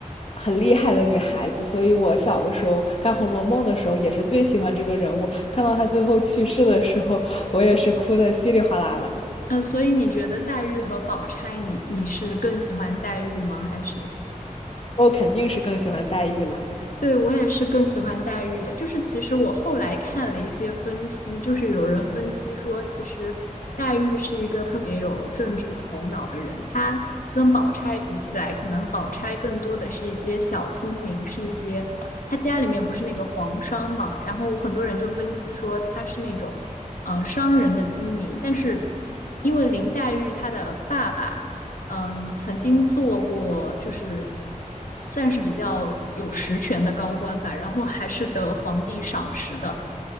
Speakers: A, on the left (about 50°); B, on the left (about 80°).
A: 很厉害的女孩子。所以我小的时候看《红楼梦》的时候，也是最喜欢这个人物。看到她最后去世的时候，我也是哭的稀里哗啦的。
B: 嗯，所以你觉得黛玉和宝钗你，你是更喜欢黛玉吗？还是
A: 我肯定是更喜欢黛玉啦。
B: 对，我也是更喜欢黛玉的，就是其实我后来看了一些分析，就是有人分析说，其实黛玉是一个特别有政治头脑的人，她跟宝钗比起来，可能宝钗更多的是一些小聪明，是一些她家里面不是那个皇商嘛，然后很多人就分析说她是那种呃商人的精明，但是因为林黛玉她的爸爸。嗯，曾经做过，就是算是比较有实权的高官吧，然后还是得皇帝赏识的。